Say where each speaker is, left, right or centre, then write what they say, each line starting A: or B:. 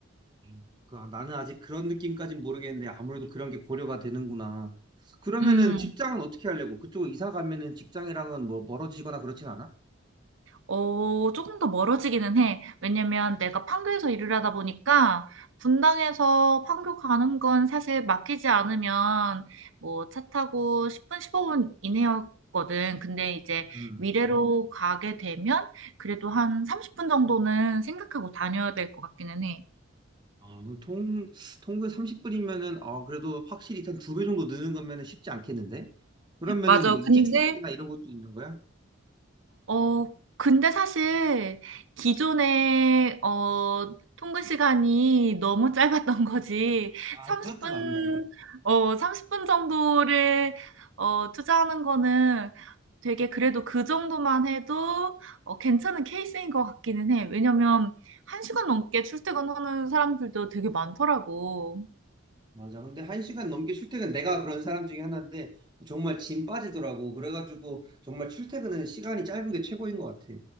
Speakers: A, on the right; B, on the right.
A: 음. 그, 아, 나는 아직 그런 느낌까진 모르겠는데 아무래도 그런 게 고려가 되는구나. 그러면은
B: 음,
A: 직장은 어떻게 하려고? 그쪽으로 이사 가면은 직장이랑은 뭐 멀어지거나 그렇진 않아?
B: 어, 조금 더 멀어지기는 해. 왜냐면 내가 판교에서 일을 하다 보니까 분당에서 판교 가는 건 사실 맡기지 않으면 뭐 차 타고 10분, 15분 이내였거든. 근데 이제
A: 음.
B: 미래로 가게 되면 그래도 한 30분 정도는 생각하고 다녀야 될 것 같기는 해.
A: 아, 그럼 통, 통근 30분이면은, 아, 그래도 확실히 한 두 배 정도 느는 거면은 쉽지 않겠는데? 그러면은
B: 맞아.
A: 뭐 이직
B: 근데
A: 생각이나 이런 것도 있는 거야?
B: 어, 근데 사실 기존에 어, 통근 시간이 너무 짧았던 거지.
A: 아,
B: 30분,
A: 그것도 맞네.
B: 어, 30분 정도를 어, 투자하는 거는 되게 그래도 그 정도만 해도 어, 괜찮은 케이스인 것 같기는 해. 왜냐면 1시간 넘게 출퇴근하는 사람들도 되게 많더라고.
A: 맞아. 근데 한 시간 넘게 출퇴근, 내가 그런 사람 중에 하나인데, 정말 짐 빠지더라고. 그래가지고, 정말 출퇴근은 시간이 짧은 게 최고인 것 같아.